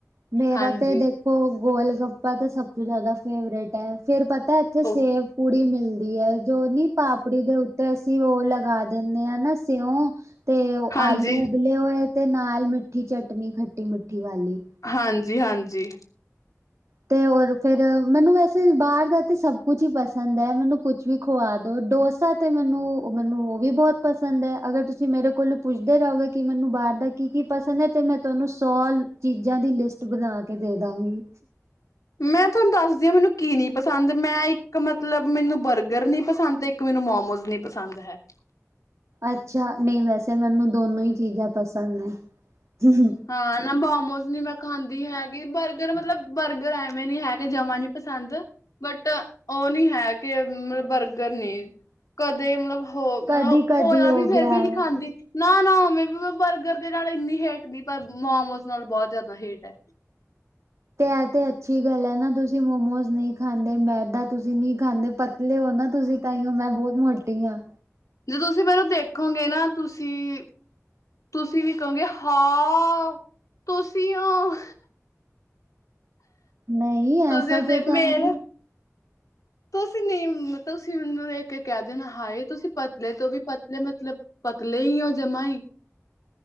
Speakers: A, on the right; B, on the left.
A: ਮੇਰਾ
B: ਹਾਂਜੀ
A: ਤੇ ਦੇਖ- ਕੋ ਗੋਲ ਗੱਪਾ ਤੇ ਸਭ ਤੋਂ ਜਾਦਾ ਫੇਵਰੇਟ ਐ। ਫੇਰ ਪਤਾ ਏਥੇ ਸੇਬ
B: ਓ
A: ਪੂੜੀ ਮਿਲਦੀ ਐ। ਜੋ ਨੀ ਪਾਪੜੀ ਦੇ ਉੱਤੇ ਅਸੀਂ ਓ ਲਗਾ ਦਿੰਨੇ ਆ ਨਾ ਸਿਉ। ਤੇ
B: ਹਾਂਜੀ
A: ਆਲੂ ਉਬਲੇ ਹੋਏ ਤੇ ਨਾਲ ਮਿੱਠੀ ਚਟਣੀ ਖੱਟੀ, ਮਿੱਠੀ ਵਾਲੀ।
B: ਹਾਂਜੀ-ਹਾਂਜੀ।
A: ਤੇ ਹੋਰ ਫੇਰ ਮੈਨੂੰ ਵੈਸੇ ਬਾਰ ਦਾ ਤੇ ਸਭ ਕੁਛ ਈ ਪਸੰਦ ਐ। ਮੈਨੂੰ ਕੁਛ ਵੀ ਖਆ ਦੋ। ਡੋਸਾ ਤੇ ਮੈਨੂੰ ਮੈਨੂੰ ਓ ਵੀ ਬੋਤ ਪਸੰਦ ਐ। ਅਗਰ ਤੁਸੀਂ ਮੇਰੇ ਕੋਲ ਪੁੱਛਦੇ ਰ‌ਓਗੇ ਕੀ ਮਿਨੂੰ ਬਾਰ ਦਾ ਕੀ-ਕੀ ਪਸੰਦ ਐ, ਤੇ ਮੈਂ ਤ‌ਆਨੂੰ ਸੌ ਚੀਜ਼ਾਂ ਦੀ ਲਿਸਟ ਬਣਾ ਕੇ ਦੇ ਦਾਂਗੀ।
B: ਮੈਂ ਥਾਨੂੰ ਦੱਸਦੀ ਆਂ ਮੈਨੂੰ ਕੀ ਨੀ ਪਸੰਦ। ਮੈਂ ਇੱਕ ਮਤਲਬ ਮੈਨੂੰ ਬਰਗਰ ਨੀ ਪਸੰਦ ਇਕ ਇਕ ਮੈਨੂੰ ਮੋਮੋਸ ਨੀ ਪਸੰਦ ਹੈ।
A: ਅੱਛਾ ਨਈ ਵੈਸੇ ਮੈਨੂੰ ਦੋਨੋ ਈ ਚੀਜ਼ਾਂ ਪਸੰਦ ਐ।
B: ਹਾਂ ਨਾ ਮੋਮੋਸ ਨੀ ਮੈਂ ਖਾਂਦੀ ਹੈਗੀ, ਬਰਗਰ ਮਤਲਬ ਬਰਗਰ ਐਵੇਂ ਨੀ ਹੈਗੇ ਜਮਾਂ ਨੀ ਪਸੰਦ। ਬਟ ਓ ਨੀ ਹੈ ਕਿ ਮਲਬ ਬਰਗਰ ਨੀ ਕਦੇ ਮਲਬ। ਹੋ ਮਲਬ
A: ਕਦੀ ਕਦੀ
B: ਹੋਇਆ
A: ਹੋ
B: ਵੀ ਫੇਰ
A: ਗਿਆ
B: ਵੀ ਨੀ
A: ਹੈ
B: ਖਾਂਦੀ। ਨਾ- ਨਾ ਓਵੇਂ ਵੀ ਬਰਗਰ ਦੇ ਨਾਲ ਏਨੀ ਹੇਟ ਨੀ ਪਰ ਮੋਮੋਸ ਨਾਲ ਬੋਤ ਜਾਦਾ ਹੇਟ ਐ।
A: ਤੇ ਐ ਤੇ ਅੱਛੀ ਗੱਲ ਐ ਨਾ ਤੁਸੀਂ ਮੋਮੋਸ ਨਈ ਖਾਂਦੇ। ਮੈਦਾ ਤੁਸੀਂ ਨਈ ਖਾਂਦੇ ਪਰ ਪਤਲੇ ਓ ਨਾ ਤੁਸੀਂ ਤਾਂਈਂ ਓ ਮੈਂ ਬੋਤ ਮੋਟੀ ਆਂ।
B: ਜਦੋ ਤੁਸੀਂ ਮੈਨੂੰ ਦੇਖੋਗੇ ਨਾ ਤੁਸੀਂ। ਤੁਸੀਂ ਵੀ ਕਹੋਗੇ ਹੋਓ ਤੁਸੀਓ।
A: ਨਈ
B: ਤੁਸੀਂ
A: ਐਸਾ
B: ਦੇ
A: ਕਿਉਂ ਕਾਂਗੀ।
B: ਮੇਲ ਤੁਸੀਂ ਨੀ ਤੁਸੀਂ ਮੈਨੂੰ ਵੇਖ ਕੇ ਕੈ ਦੇਨਾ ਹਾਏ ਤੁਸੀਂ ਪਤਲੇ ਤੋਂ ਵੀ ਪਤਲੇ ਮਤਲਬ। ਪਕਲੇ ਈ ਓ ਜਮਾ ਈ।